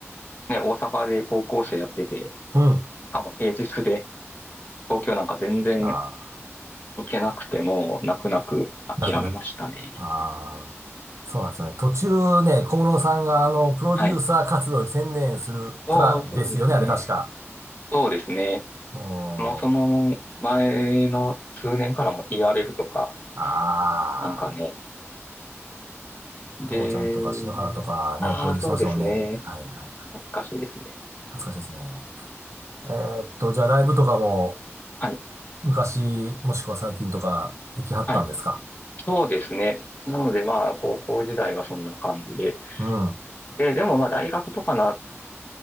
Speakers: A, on the left (about 35°); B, on the right (about 80°).
A: ね、大阪で高校生やってて、
B: う、うん。
A: しかも平日で東京なんか全然
B: ああ、
A: 行けなくても、泣く泣く諦めましたね。
B: 泣く泣ああ、そうなんですよね。途中ね、小室さんがあの、プロデューサー活動に専念するからですよね、
A: はい。そう、そうですね。
B: あれ確か。
A: そうですね。
B: も
A: もうその前の数年からも TRF とか、
B: う、ああ、
A: なんかね、で、
B: ともちゃんとか篠原とかね、
A: ああ、
B: プロデュースしてましたもんね。
A: そうですね。
B: はいはい。
A: 懐かしいですね。
B: 懐かしいですね。えーっと、じゃあライブとかも
A: はい。
B: 昔、もしくは最近とか行きはったんですか
A: はい。そうですね。なので、まあ、高校時代はそんな感じで。
B: うん。
A: で、でも、まあ、大学とかなっ